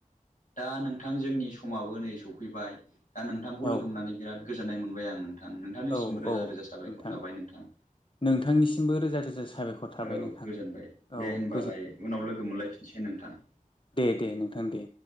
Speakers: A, on the left; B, on the left.
A: दा नोंथां जोंनि समाबो नै सफैबाय दा नोंथांखौ
B: औ
A: लोगो मोननानै बिराद गोजोननाय मोनबाय आंङो नोंथां नोंथांनिसिम
B: औ
A: रोजा
B: औ
A: रोजा साबायखर
B: नोंथां
A: थाबाय नोंथां
B: नोंथांनिसिमबो रोजा रोजा साबायखर थाबाय
A: औ
B: नोंथां
A: गोजोनबाय
B: औ
A: दे होनबालाय
B: गोजोन
A: उनाव लोगो मोनलायफिनसिगोन नोंथां दे
B: दे-दे नोंथां दे